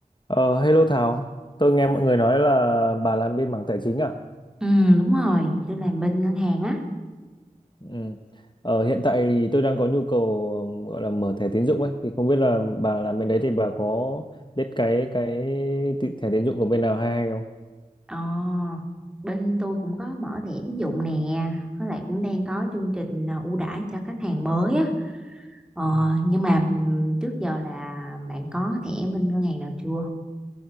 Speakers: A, on the left; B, in the centre.
A: Ờ, hello Thảo, tôi nghe mọi người nói là bà làm bên mảng tài chính à?
B: Ừ đúng rồi, tôi làm bên ngân hàng á.
A: Ừ. Ờ, hiện tại thì tôi đang có nhu cầu ừm, gọi là mở thẻ tín dụng ấy, thì không biết là bà làm bên đấy thì bà có biết cái cái ti- thẻ tín dụng của bên nào hay hay
B: Ờ, bên tôi cũng có mở thẻ tín dụng nè, với lại cũng đang có chương trình à, ưu đãi cho khách hàng mới á. Ờ,
A: không?
B: nhưng mà ừm, trước giờ là bạn có thẻ bên ngân hàng nào chưa?